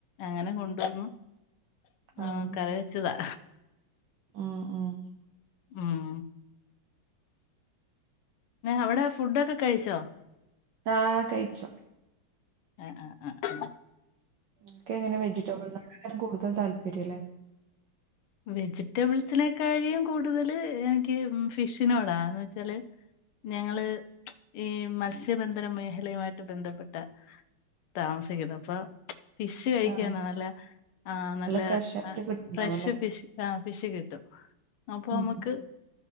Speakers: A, on the left (about 80°); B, on the right (about 65°).
A: അങ്ങനെ കൊണ്ടുവന്നു
B: ആഹ്
A: ആ കറി വച്ചതാ...
B: ഉം ഉം
A: ഉം അവിടെ ഫുഡൊക്കെ കഴിച്ചോ...
B: ആ കഴിച്ചു...
A: ആ ആ ആ ആ...
B: ക്കെ ഇങ്ങനെ വെജിറ്റബിൾന്നോട് യ് രിക്കും കൂടുതൽ താല്പര്യംല്ലേ..
A: വെജിറ്റബിൾസിനക്കാഴിയും കൂടുതല് എനിക്ക് ഫിഷിനോടാന്ന് വെച്ചാല്... ഞങ്ങള് ഈ മത്സ്യബന്ധന മേഖലയുമായിട്ട് ബന്ധപ്പെട്ട.. താമസിക്കുന്നത് അപ്പൊ.. ഫിഷ് കഴിക്കുകാണ്
B: ആഹ്
A: നല്ല ആ നല്ല
B: ഫ്രഷ് ആയിട്ട് കിട്ടുണ്ടാവുല്ലേ
A: ഫ്രഷ്.. ഫിഷ് ആ ഫിഷ് കിട്ടും അപ്പൊ
B: ഉം
A: നമുക്ക്...